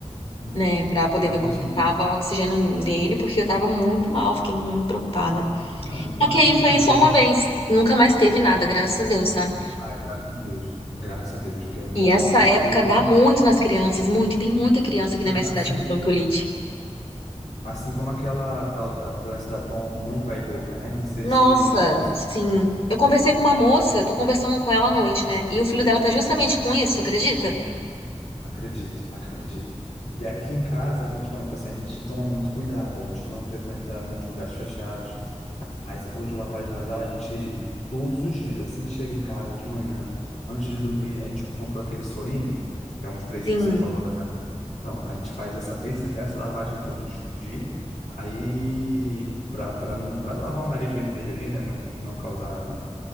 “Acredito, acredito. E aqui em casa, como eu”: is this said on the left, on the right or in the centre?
Left